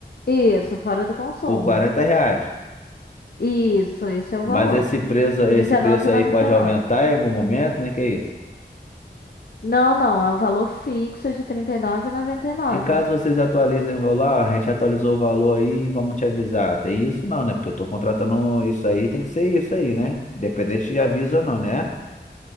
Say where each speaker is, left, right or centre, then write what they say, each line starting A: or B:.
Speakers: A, on the left; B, on the left.
A: Isso, fora do consumo.
B: Por quarenta reais.
A: Isso, esse é o
B: Mas
A: valor.
B: esse preço, esse
A: Trinta
B: preço
A: e nove e
B: aí
A: noventa
B: pode
A: e
B: aumentar
A: nove.
B: em algum momento, como é que é isso?
A: Não, não, é um valor fixo de trinta e nove e noventa e nove.
B: E caso vocês atualizem o valor, ó, a gente atualizou o valor aí, vamos te avisar. Tem isso não, né? Porque eu tô contratando isso aí, tem que ser isso aí, né? Independente de aviso ou não, né?